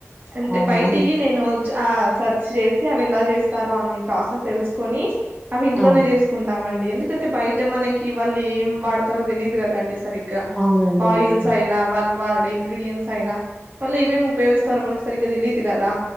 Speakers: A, on the right; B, in the centre.
A: అంటే
B: అవునా
A: బయటికి
B: అండి?
A: నేను చా- సెర్చ్ చేసి అవి ఎలా చేస్తారు అని ప్రాసెస్ తెలుసుకొని అవి ఇంట్లోనే
B: ఆ!
A: చేసుకుంటామండి ఎందుకంటే బయట మనకి ఇ వళ్ళు ఏం వాడతారో తెలిదు కదా అండి సరిగ్ అ
B: అవునండి.
A: ఆయిల్స్
B: అవును.
A: అయినా వాళ్ వాళ్లు ఇంగ్రీడియంట్స్ అయినా వాళ్ళు ఏమేమి ఉపయోగిస్తారో మనకి సరిగ్గా తెలియదు కదా